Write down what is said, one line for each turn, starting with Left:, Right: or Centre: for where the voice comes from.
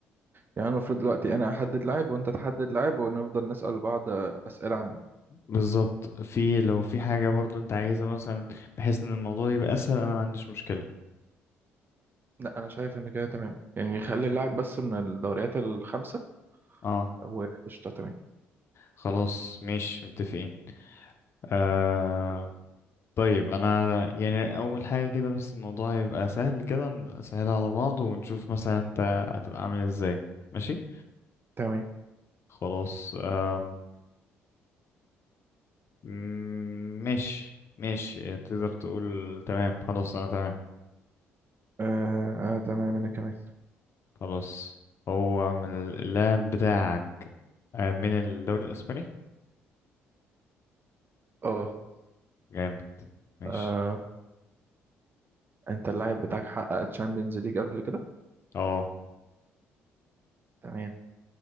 Right: يعني المفروض دلوقتي انا احدد لاعب وانت تحدد لاعب ونفضل نسأل بعض اسئلة عنه
Left: بالظبط في لو في حاجة برضو انت عايزها مثلا بحيث ان الموضوع يبقى اسهل انا ما عنديش مشكلة
Right: لا انا شايف ان كده تمام يعني يخلي اللاعب بس من الدوريات الخمسة
Left: اه
Right: وقشطة تمام
Left: خلاص ماشي متفقين آه طيب انا يعني اول حاجه كده بس الموضوع هيبقى سهل كده سهل على بعض ونشوف مثلا انت هتبقى عامل ازاي ماشي
Right: تمام
Left: خلاص أم... مم، ماشي ماشي تقدر تقول تمام خلاص انا تمام
Right: آه, آه تمام انا كمان
Left: خلاص هو من اللاعب بتاعك آه، من الدوري الاسباني
Right: اه
Left: جامد ماشي
Right: آه، انت اللاعب بتاعك حقق تشامبيونز ليج قبل كده
Left: اه
Right: تمام